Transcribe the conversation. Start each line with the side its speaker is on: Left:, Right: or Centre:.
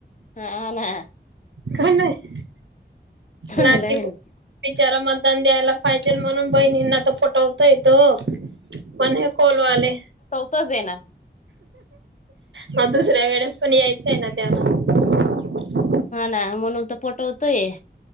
Left: हा ना
Right: का नाही
Left: चांगलं
Right: लाडकी
Left: आहे ना
Right: बिचार मतदान द्यायला पाहिजेल म्हणून बहिणींना त पटवतय तो पण कोलवाले
Left: तोे हे ना
Right: मग दुसऱ्या वेळेस पण यायचं आहे ना त्याला
Left: हा ना म्हणून तो पटोवतोय,